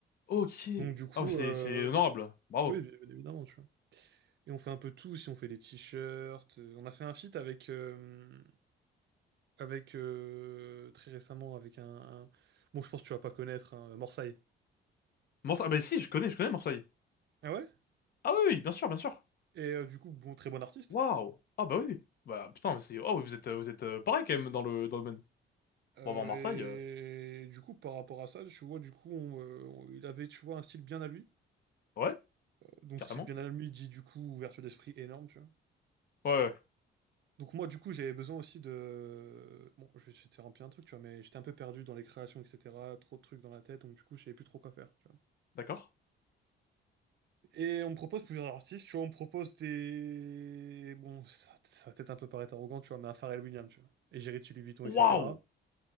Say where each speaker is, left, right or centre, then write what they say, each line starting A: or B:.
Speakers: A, on the left (about 50°); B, on the right (about 60°).
A: Ok.
B: Donc, du coup,
A: Ah, mais c'est
B: euh,
A: c'est honorable. Bravo.
B: Oui, bien bien évidemment, tu vois. Et on fait un peu tout, si on fait des t-shirts, euh, on a fait un feat avec, euh, avec euh, très récemment avec un, un- bon, je pense que tu vas pas connaître, hein, Morsaï.
A: Morse- Ah, bah si, je connais, je connais Marseille.
B: Ah ouais?
A: Ah oui, oui, bien sûr, bien sûr.
B: Et euh, du coup, bon, très bon artiste.
A: Waouh. Ah bah oui. Bah putain, mais c'est. Oh, oui, vous êtes, euh, vous êtes euh, pareil quand même dans le dans le domaine.
B: Euh,
A: Pour avoir Marseille, euh,
B: et du coup, par rapport à ça, tu vois, du coup, on, euh, on- il avait, tu vois, un style bien à lui.
A: ouais,
B: Donc,
A: carrément.
B: style bien à lui dit du coup ouverture d'esprit énorme, tu vois.
A: Ouais, ouais,
B: Donc moi, du coup, j'avais besoin aussi de... Bon, je vais te faire un peu un truc, tu vois, mais j'étais un peu perdu dans les créations, etc. Trop de trucs dans la tête, donc du coup, je savais plus trop quoi faire. tu vois.
A: d'accord.
B: Et on me propose plusieurs artistes, tu vois, on me propose des... Bon, ça, ça va peut-être un peu paraître arrogant, tu vois, mais un Pharrell Williams, tu vois. Et j'ai Louis Vuitton, etc.
A: Waouh.